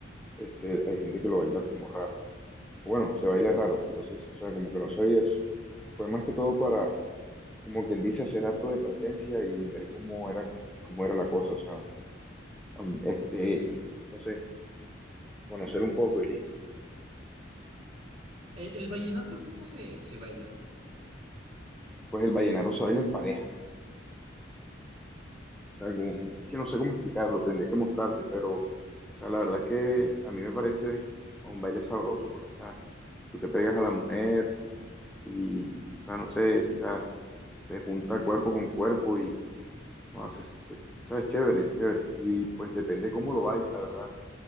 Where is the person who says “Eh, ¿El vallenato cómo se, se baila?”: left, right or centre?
Right